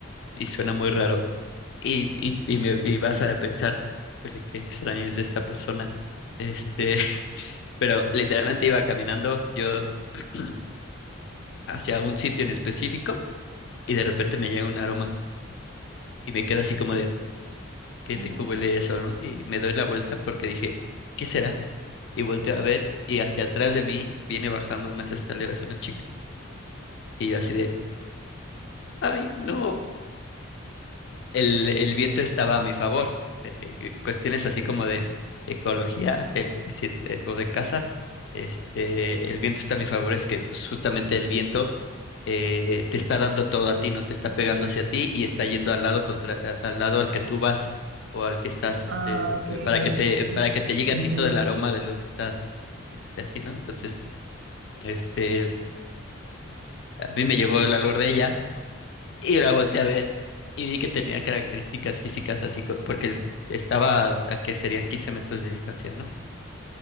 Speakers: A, on the left; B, on the right.
A: Y suena muy raro. Y, y, y, me, y vas a pensar, "Híjole, qué extraño es esta persona. Este, <laughs> pero literalmente iba caminando yo <clears throat> hacia un sitio en específico y de repente me llega un aroma y me queda así como de, qué
B: Ajá.
A: rico huele eso, ¿no? Y me doy la vuelta porque dije, ¿qué será? y volteo a ver y hacia atrás de mí viene bajando unas escaleras una chica. Y yo así de, ay, no, el, el viento estaba a mi favor. Eh, cuestiones así como de ecología, el decir, eh, o de casa, este, el viento está a mi favor, es que pues justamente el viento eh, te está dando todo a ti, no te está pegando hacia ti y está yendo al lado contra, a- al lado al que tú vas o al que estás,
B: Ah,
A: eh,
B: ok,
A: para
B: ok,
A: que te,
B: sí, sí,
A: para
B: sí.
A: que te llegue
B: Entiendo.
A: a ti todo el aroma de lo que está, este, así, ¿no? Entonces, este, A mí me llegó el valor de ella y la volteé a ver y vi que tenía características físicas así, co- porque estaba a que serían 15 metros de distancia, ¿no?